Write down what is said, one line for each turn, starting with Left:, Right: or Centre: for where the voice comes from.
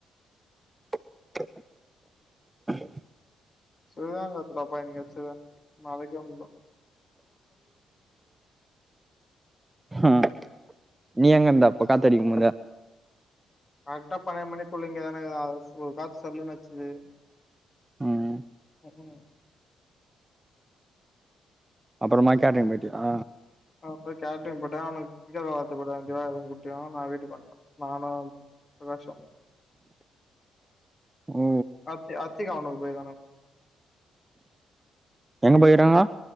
Right: <inaudible>
Left: சொல்வாங்க <unintelligible> என்னக்காச்சுத்
Right: ம் நீ எங்க இருந்தாப்ப காத்தடிக்க போது
Left: கரெக்டா பன்னெண்டு மணிக்குள்ள இங்க தானே இங்க தா ஒரு காத்து சொல்லு அச்சுது
Right: ம்
Left: ம்
Right: அப்றமா கேட்ரிங் பேய்டியா
Left: ஆ அப்றோ கேட்ரிங் போட்டே அவுங்க்கு கிரிக்கெட் வெள்ளாற்த்து கூட திவாகரு குட்டியு நா வீட்டுக்கு வந்துடே நானு பிரகாஷ்
Right: ஓ
Left: அத்தி அத்தி <unintelligible>
Right: எங்க போயிராங்க